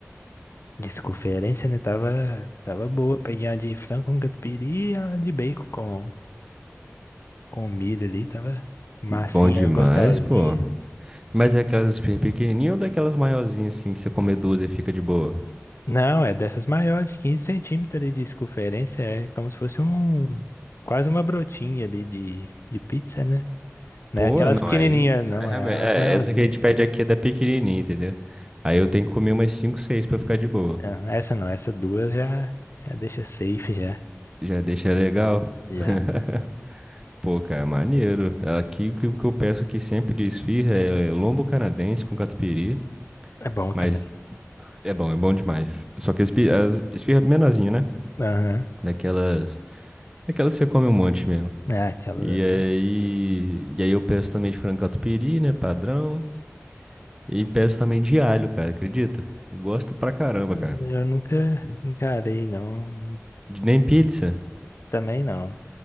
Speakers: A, on the left (about 60°); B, on the right (about 15°).
A: Desconferência, né? Tava, tava boa. Peguei uma de frango com catupiry e uma de bacon com, com milho ali. Tava massinha,
B: Bom demais,
A: gostosinha.
B: pô. Mas é aquelas esfirras pequenininhas ou daquelas maiorzinhas assim que você come duas e fica de boa?
A: Não, é dessas maiores, de 15 centímetros ali de circunferência. É como se fosse um... Quase uma brotinha ali de, de pizza, né? Não
B: Pô,
A: é aquelas
B: não,
A: pequenininhas,
B: aí,
A: não.
B: aí realmente-
A: É
B: é,
A: as maiorzinhas.
B: essa que a gente pede aqui é da pequenininha, entendeu? Aí eu tenho que comer umas cinco, seis pra ficar de boa.
A: Ah, essa não. Essa duas já, já deixa safe, já.
B: Já deixa legal?
A: Já.
B: <laughs> Pô, cara, maneiro. Aqui o que o que eu peço aqui sempre de esfirra é lombo canadense com catupiry,
A: É bom
B: mas
A: também.
B: é bom, é bom demais. Só que espi- as esfirra menorzinha, né?
A: Aham.
B: Daquelas, daquelas que você come um monte mesmo.
A: É, aquela
B: E
A: ali.
B: aí, e aí eu peço também de frango catupiry, né, padrão. E peço também de alho, cara, acredita? Gosto pra caramba,
A: Ah,
B: cara.
A: Eu nunca encarei, não.
B: De
A: Mas
B: nem pizza.
A: também não.